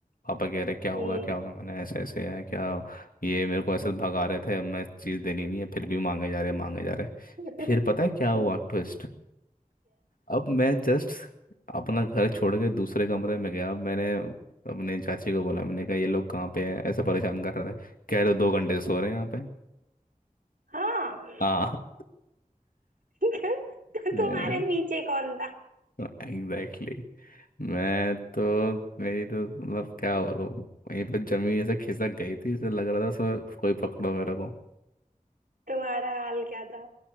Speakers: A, on the left (about 75°); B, on the right (about 80°).
A: पापा कह रहे क्या
B: हम्म
A: होगा क्या होगा मैंने ऐसे ऐसे है क्या ये मेरे को ऐसे भगा रहे थे अब मैं चीज़ देनी नहीं है फिर भी मांगे जा रहे मांगे जा रहे
B: क्या
A: फिर पता है क्या हुआ ट्विस्ट अब मैं जस्ट अपना घर छोड़ के दूसरे कमरे में गया मैंने अपने चाची को बोला मैंने कहा ये लोग कहाँ पे है ऐसे परेशान कर रहे थे कह रहे दो घंटे से सो रहे हैं यहाँ पे
B: हाँ
A: हाँ
B: <laughs>
A: <laughs>
B: तुम्हारे पीछे कौन था
A: Exactly exactly. मैं तो मेरी तो मतलब क्या बोलूं मेरी तो जमीन ऐसे खिसक गई थी ऐसे लग रहा था उसमें कोई पकड़ो मेरे को
B: तुम्हारा हाल क्या था